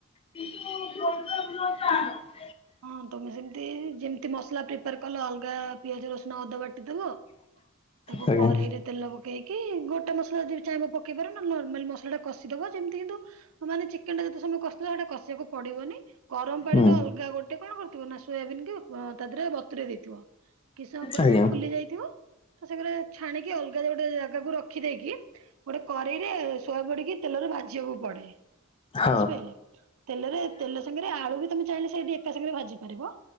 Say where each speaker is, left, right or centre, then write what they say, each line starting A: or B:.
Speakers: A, on the left; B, on the right.
A: <unintelligible>
B: ହଁ ତମେ ସେମତି ଯେମତି ମସଲା ପ୍ରିପାର କଲ ଅଲଗା ପିଆଜ ରସୁଣ ଅଦା ବାଟିଦବ ତାକୁ
A: ଆଜ୍ଞା
B: କରେଇରେ ତେଲ ପକେଇକି ଗୋଟେ ମସଲା ଯଦି ଚା ପକେଇ ପାରେ ନା ନର୍ମାଲ ମସଲା ଟା କ ସି ଦବା ସେମିତି କିନ୍ତୁ ମାନେ ଚିକେନ ଟା ଯେତେ ସମୟ କଷିଲ ସେଟା କ <unintelligible> ପଡିବନି ଗରମ ପାଣିରେ
A: ହୁଁ
B: ଅଲଗା ଗୋଟେ ଗୋଟେ କଣ କରିଥିବ ନା ସୋୟାବିନ କି ଆ ତ ଦିହରେ ବତୁୁରେଇ ଦେଇଥିବ କିଛି ସମୟ ପରେ
A: ଆଜ୍ଞା
B: ସେ ଫୁଲି ଯାଇଥିବ। ତ ସେରେ ଛାଣିକି ଅଲଗା ଗୋଟେ ଜାଗାକୁ ରଖିଦେଇକି ଗୋଟେ କରେଇରେ ସୋୟାବଡି କି ତେଲରେ ଭାଜିବାକୁ ପଡେ।
A: ହଁ
B: ବୁଝିପାରିଲେ ତେଲରେ ତେଲ ସାଙ୍ଗରେ ଆଳୁ ବି ତମେ ଚାହିଁଲେ ସେଇଠି ଏକା ସାଙ୍ଗରେ ଭାଜି ପାରିବ।